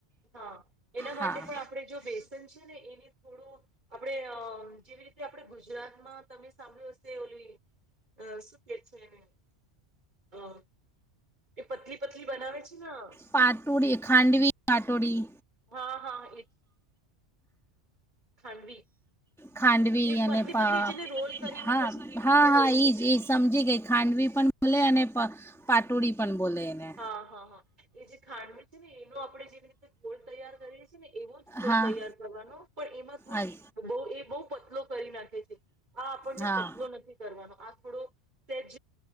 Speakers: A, on the right; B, in the centre.
A: હા એના
B: હા
A: માટે પણ આપણે જો બેસન છે ને એને થોડું આપડે અ જેવી રીત ગુજરાતમાં તમે સાંભળ્યું હશે ઓલી અ શું કે છે એને અ પતલી પતલી બનાવે છે હા,
B: પાટોડી ખાંડવી પાટોડી
A: હા હા એ ખાંડવી.
B: ખાંડવી
A: એ
B: ઈ અને
A: પતલી
B: પાપ
A: પતલી જેને રોલ કરીને
B: હા
A: પછી ધીરે
B: હા
A: ધીરે
B: હા
A: રોલ કરે
B: ઈજ ઈજ સમજી ગઈ ખાંડવી પણ મલે અને પ પાટોડી પણ. બોલે એને
A: હા હા હા. એ જે ખાંડમી છે ને એનો આપણે જે રીતે ગોલ તૈયાર કરીએ છે ને એવો જ ફૂલ
B: હા
A: તૈયાર કરવાનો પણ એમાં થોડુંક
B: આજ
A: બવ એ બવ પતલો કરી નાખે છે. આ આપણને
B: હા
A: પતલો નથી કરવાનો આ થોડું તેજ